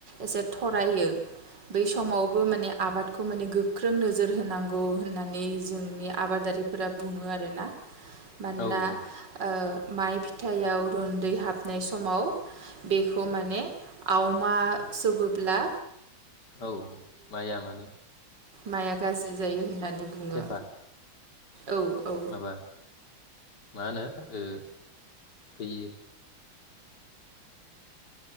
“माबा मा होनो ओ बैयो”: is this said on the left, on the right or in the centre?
Left